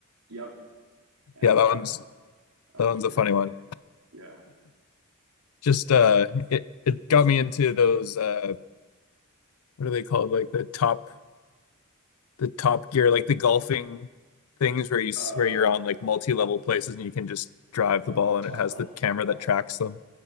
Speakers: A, on the right; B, on the left.
A: yep. Yeah,
B: Yeah, that
A: yeah.
B: one's
A: That
B: that
A: one's
B: one's
A: great.
B: a funny one.
A: Yeah.
B: Just
A: Yep.
B: uh it it got me into those uh what are they called? Like the top the top gear, like the golfing things where you
A: Uh
B: where you're on like multi-level places and you can just drive
A: uh
B: the ball and
A: Top
B: it has
A: Golf.
B: the camera
A: Top
B: that
A: Golf.
B: tracks them.